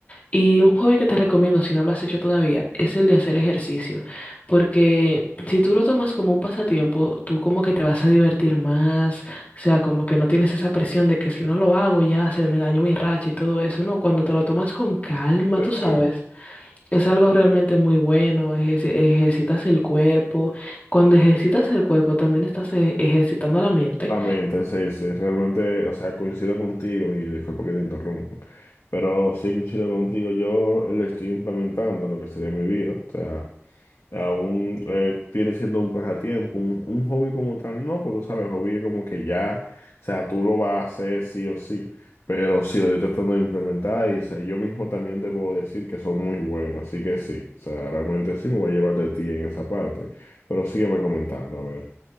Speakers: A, on the left (about 30°); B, on the left (about 75°).
A: Y un hobby que te recomiendo, si no lo has hecho todavía, es el de hacer ejercicio. Porque si tú lo tomas como un pasatiempo, tú como que te vas a divertir más. O sea, como que no tienes esa presión de que si no lo hago ya se me dañó mi racha y todo eso. No, cuando te lo tomas con calma,
B: Sí,
A: tú sabes.
B: sí.
A: Es algo realmente muy bueno. ejerci- ejercitas el cuerpo. Cuando ejercitas el cuerpo, también estás eh, ejercitando la mente.
B: La mente, sí, sí, realmente, o sea, coincido contigo y disculpa que te interrumpa, pero sí coincido contigo, yo lo estoy implementando lo que sería mi vida, o sea. Aún eh, viene siendo un pasatiempo, un, un hobby como tal, no, porque sabes, hobby es como que ya, o sea, tú lo vas a hacer sí o sí, pero sí lo estoy tratando de implementar y, o sea, yo mismo también te puedo decir que son muy buenos, así que sí, o sea, realmente sí me voy a llevar de ti en esa parte, pero sígueme comentando, a ver.